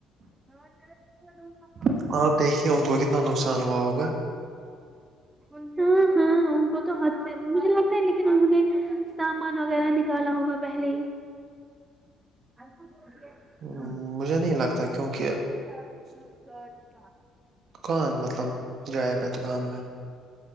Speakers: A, on the right; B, on the right.
A: میں اچھا
B: ہے آپ دیکھیے ان کو کتنا نقصان ہوا ہوگا
A: ہاں ہاں ان کو تو مجھے لگتا ہے لیکن انہوں نے سامان وغیرہ نکالا ہوگا پہلے ہی ہاں
B: ہم، مجھے نہیں لگتا کیونکہ دکان مطلب جائے گا دکان میں